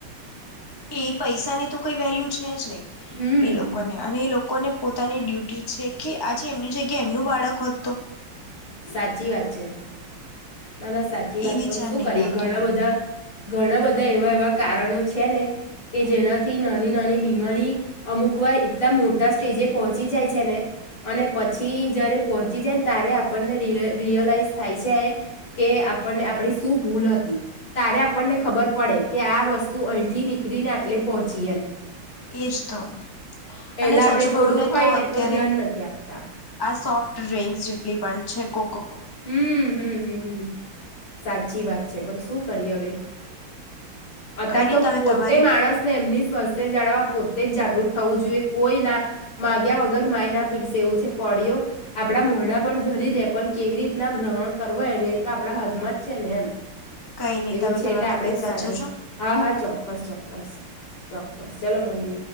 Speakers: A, on the left; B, on the left.
A: એ પૈસાની તો કોઈ વેલ્યુ છે જ નહી
B: હમ
A: એ લોકોને અને એ લોકો લોકોને પોતાની ડ્યુટી છે કે આજે એમની જગ્યા એમનું બાળકત હોત તો
B: સાચી વાત છે ના ના સાચી વાત
A: એ વિચાર
B: પણ શું
A: નહીં
B: કરીએ
A: આવતો
B: ઘણા
A: કોઈને
B: બધા ઘણા બધા એવા એવા કારણો છે. છે ને કે જેનાથી નાની નાની બીમારી અમુક વાર એટલા મોટા સ્ટેજે પહોંચી જાય છે ને અને પછી જયારે પહોંચી જાય ને ત્યારે આપણને ર રિયલાઈઝ થાય છે એ. કે આપણને આપડી શું ભૂલ હતી તારે આપણને ખબર પડે કે આ વસ્તુ અહીંથી નીકળીને આટલે પહોંચી એમ.
A: એજ તો.
B: પેલા
A: અને સાચુ
B: આપણે થોડુંક
A: કહુને
B: હોય
A: તો
B: ને
A: અત્યારે
B: ધ્યાન નથી આપતા
A: આ સોફ્ટ ડ્રિંકસ જેટલી પણ. છે કોક.
B: હમ હમ સાચી વાત છે પણ શું કરીએ હવે. અત્યારે
A: કઈ નહી
B: તો
A: તમે
B: પોતે
A: તમારી
B: માણસને એમની સ્વાસ્થ્ય જાળવવા પો. તે જ જાગૃત થવું જોઈએ કોઈ ના માગ્યા વગર માય ના પીરસે એવું છે કોડીઓ આપડા મોઢડા પર ધરી દે પણ કેવી રીતના ગ્રહણ કરવો એને એ તો આપણા હાથમાં જ છે ને એમ.
A: કઈ નઈ
B: એવું
A: તમે
B: છે
A: તમારી
B: એટલે
A: તબિયત
B: આપણેે જ
A: સાચવ
B: સાચવું
A: જો.
B: હા હા ચોક્કસ ચોક્કસ ચોક્કસ ચાલો મળએ.